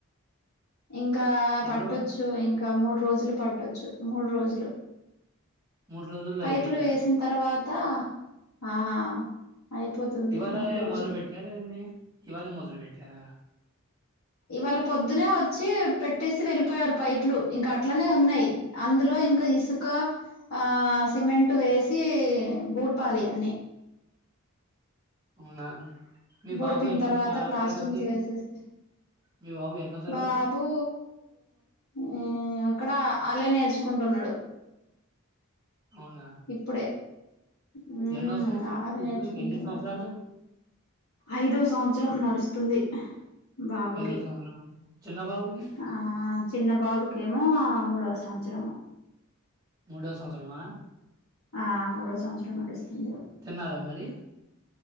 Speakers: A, on the left; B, on the right.
A: ఇంకా
B: ఎన్ని
A: పట్టొచ్చు
B: రోజులు
A: ఇంకా మూడు రోజులు పట్టొచ్చు మూడు రోజులు
B: మూడు రోజుల్లో
A: పైపులు
B: అయిపోయిద్దా
A: వేసిన తర్వా తా ఆ అయిపోతుంది
B: ఇవాళే
A: మూడు రోజులు
B: మొదలు పెట్టారా ఏంది ఇవాళే మొదలు పెట్టారా.
A: ఇవాళ పొద్దునే వచ్చి పెట్టేసి వెళ్ళిపోయారు పైపులు ఇంకా అట్లనే ఉన్నాయి. అందులో ఇంకా ఇసుక ఆ సిమెంట్ వేసి బూడ్పాలి అన్ని
B: అవునా మీ
A: బూడిఫినా
B: బాబు ఎన్నో
A: తర్వాత
B: క-
A: ప్లాస్టింగ్
B: తరగతి
A: చేసేస్తే
B: మీ బాబు ఎన్నో తరగతి
A: బాబు ఊ అక్కడ ఆలే నేర్చుకుంటున్నాడు.
B: అవునా
A: ఇప్పుడే ఉమ్
B: ఎన్నో సంవత్సరం
A: అలా
B: ఇప్పుడు
A: నేర్చుకుంటున్నాడు
B: ఎన్ని సంవత్సరాలు
A: ఐదో సమాచ్రమ్ నడుస్తుంది బాబుకి
B: ఐదో సంవత్సరం చిన్న బాబుకి
A: ఆ చిన్న బాబుకిమో మూడోస సమాచ్రమా
B: ముడో సమాచ్రమా
A: ఆ మూడో సమాచరమ నడుస్తుంది
B: తిన్నారా మరి